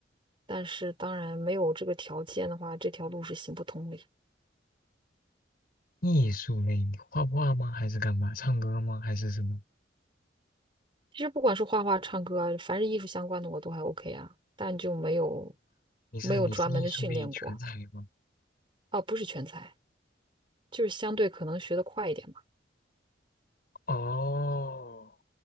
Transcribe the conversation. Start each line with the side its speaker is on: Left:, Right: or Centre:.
Right: 但是当然没有这个条件的话，这条路是行不通的。
Left: 艺术类，你画画吗？还是干嘛？唱歌吗？还是什么？
Right: 其实不管是画画、唱歌啊，凡是艺术相关的我都还 OK 啊，但就没有
Left: 你是你是艺术类全才吗？
Right: 没有专门的训练过啊，不是全才，就是相对可能学得快一点嘛。
Left: 哦，